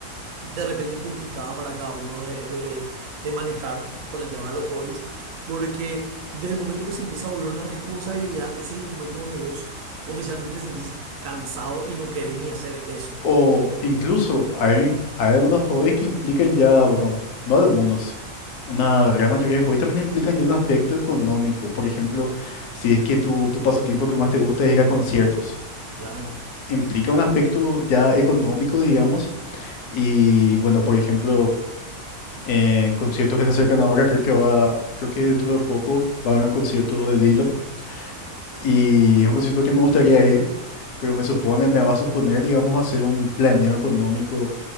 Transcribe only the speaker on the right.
de repente complicada para cada uno de, de, de manejar con el tema de los hobbies, porque desde el momento que se empieza a volver una responsabilidad, ese es el momento donde vos oficialmente te sentís cansado y no querés ni hacer eso.
Claro,